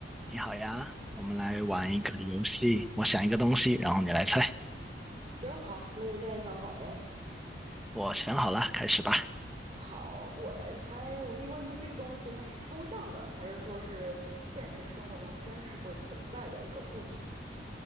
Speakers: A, in the centre; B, on the right.
A: 你好呀，我们来玩一个游戏。我想一个东西，然后你来猜。
B: 行，好，那你现在想好没？
A: 我想好了，开始吧。
B: 好，我来猜。我第一个问题，这个东西它是抽象的，还是说是现实生活中真实会存在的一个固体？